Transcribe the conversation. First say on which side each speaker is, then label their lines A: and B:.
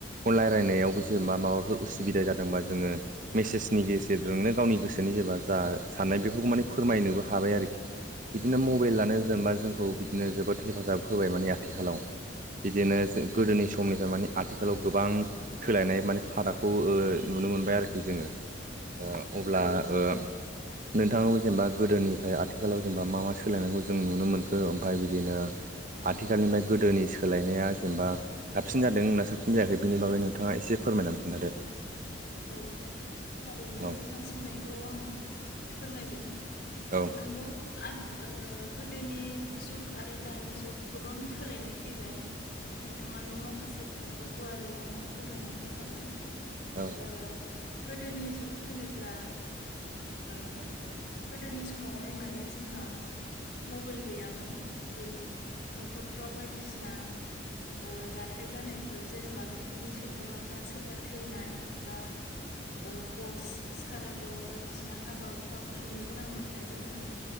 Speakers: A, on the right (about 45°); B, on the left (about 60°).
A: फन रायलायनायावबो जेन'बा माबाफोर उसुबिदा जादोंबा जोङो मेसेजनि गेजेरजोंनो गावनि गोसोनि जेब्ला जा साननाय बेफोरखौ माने फोरमायनोबो हा हाबाय आरोखि बिदिनो मबाइलानो
B: औ
A: जेन'बा जोंखौ बिदिनो जोबोद हेफाजाब होबाय माने आथिखालाव बिदिनो जों गोदोनि समनिफ्राय माने आथिखालाव गोबां सोलायनाय माने फारागखौ ओ नुनो मोनबाय आरोखि जोङो ओ अब्ला ओ नोंथाङाबो जेन'बा गोदोनि फ्राय आथिखालाव जेन'बा मा मा सोलायनायखौ जों नुनो मोनखो ओमफ्राय बिदिनो आथिखालनिफ्राय गोदोनि सोलायनाया जेन'बा साबसिन जादों ना साबसिन जायाखै बिनि बागै नोंथाङा एसे फोरमायनानै खिन्थादो।
B: औ थारैनो
A: औ
B: नोंथां सोंनायखौ आं फोरमायगोन
A: औ
B: नंगौ आथ ओ गोदोनि जुग आरो दानि जुग गोबां सोलायनाय फैबाय नोंथाङानो माखासे खोथाखौ गुवारै आंनो फोरमायनानै होखाबाय
A: औ
B: ओ गोदोनि जुग होनोब्ला ओ गोदोनि समावहाय माने जोंहा मबाइल गैयामोन बे न'खरफ्राव बायदिसिना ओ जा थाय जानायफोर जेन'बा न'खरनि सोद्रोमाफ्रा सोरबा थैनाय बा ओ बस साराद' बायदिसिना ना हाबा हुखा खुंनो गोनांबो थायो जोङो